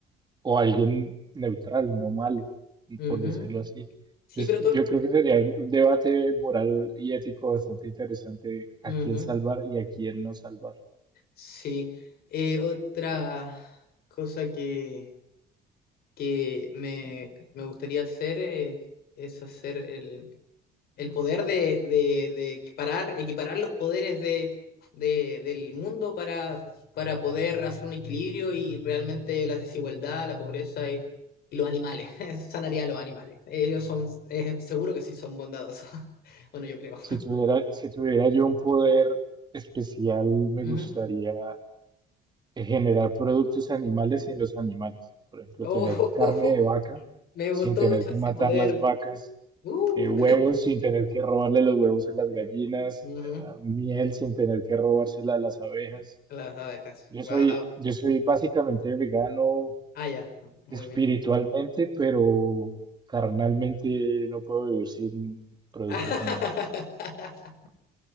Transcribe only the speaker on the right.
o alguien neutral, no malo,
por decirlo así.
Entonces,
yo
creo que sería un un debate moral y ético bastante interesante a
quién salvar y a quién no salvar.
Si tuviera, si tuviera yo un poder especial, me
gustaría generar productos animales sin los animales. Por ejemplo,
tener carne de vaca
sin tener
que
matar
las vacas
eh, huevos sin tener que robarle los huevos a las gallinas,
ah, miel sin tener que robársela a las abejas.
Yo
soy, yo soy básicamente vegano
espiritualmente,
pero carnalmente no puedo vivir sin productos
animales.